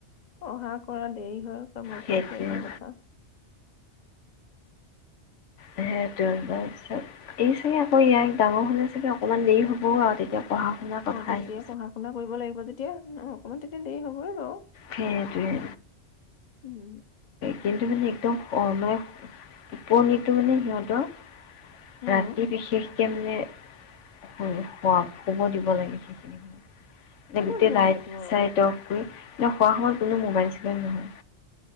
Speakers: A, on the left; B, on the left.
A: অহা কৰা দেৰি হয়কা মোৰ
B: সেইটোৱে
A: পৰা সেইটা কথা
B: সেইটোয় বাৰ চব এই চাগে আকৌ ইয়াক ডাঙৰ হ'লে চাগৈ অকণমান দেৰি হ'বও আৰু তেতিয়া পঢ়া শুনাৰ কথা
A: অ তেতিয়া
B: আহিব
A: পঢ়া শুনা কৰিব লাগিব য এতিয়া অকমান তেতিয়া দেৰি হবই বাৰু
B: সেইটোৱে
A: উম
B: কিন্তু মানে একদম মানে পনিতটো মানে সিহঁতৰ
A: উম
B: ৰাতি বিশেষ একে মানে শুব দিব লাগে সেইখিনি
A: কোনবোৰ
B: গোটেই
A: দিব
B: লাইট
A: লাগে তোৰ
B: চাইট অফ কৰি খোৱা সময়ত কোনো মোবাইল চিবাইন নহয়